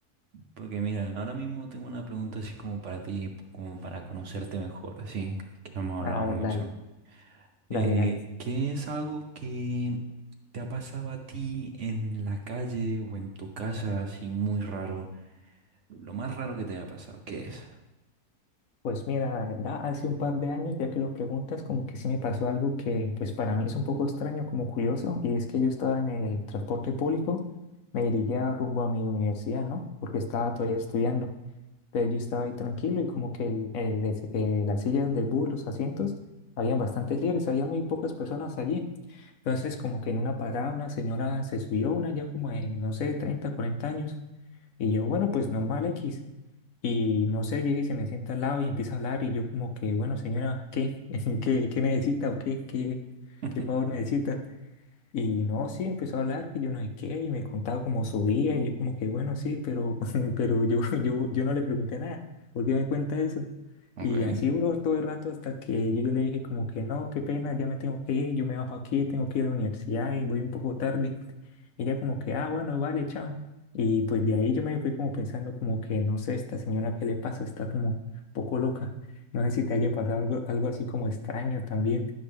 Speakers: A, on the right (about 55°); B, on the left (about 65°).
A: Porque mira, ahora mismo tengo una pregunta así como para ti, como para conocerte mejor, así, que no hemos hablado
B: A
A: mucho.
B: ver, dale,
A: Eh,
B: dale, dale.
A: ¿qué es algo que te ha pasado a ti en la calle o en tu casa así muy raro? Lo más raro que te haya pasado, ¿qué es?
B: Pues mira, la verdad, hace un par de años, ya que lo preguntas, como que sí me pasó algo que pues para mí es un poco extraño, como curioso, y es que yo estaba en el transporte público, me dirigía rumbo a mi universidad, ¿no? Porque estaba todavía estudiando. Entonces yo estaba ahí tranquilo y como que el- el- es- eh, las sillas del bus, los asientos, habían bastantes libres, había muy pocas personas allí. Entonces como que en una parada una señora se subió, una ya como de, no sé, 30, 40 años. Y yo, bueno, pues normal X. Y no sé, llega y se me sienta al lado y empieza a hablar y yo como que, bueno, señora, ¿qué? <laughs> ¿Qué, qué necesita o qué? ¿Qué,
A: <laughs>
B: qué favor necesita? Y no, sí, empezó a hablar que yo no sé qué, y me contaba cómo subía, y yo como que bueno, sí, pero, <laughs> pero yo, yo, yo no le pregunté nada, ¿por qué me cuenta eso?
A: Ok.
B: Y así duró todo el rato hasta que yo, yo le dije como que no, qué pena, ya me tengo que ir, yo me bajo aquí, tengo que ir a la universidad y voy un poco tarde. Ella como que, ah, bueno, vale, chao. Y pues de ahí yo me fui como pensando como que, no sé, esta señora, ¿qué le pasa? Está como un poco loca. No sé si te haya pasado algo, algo así como extraño también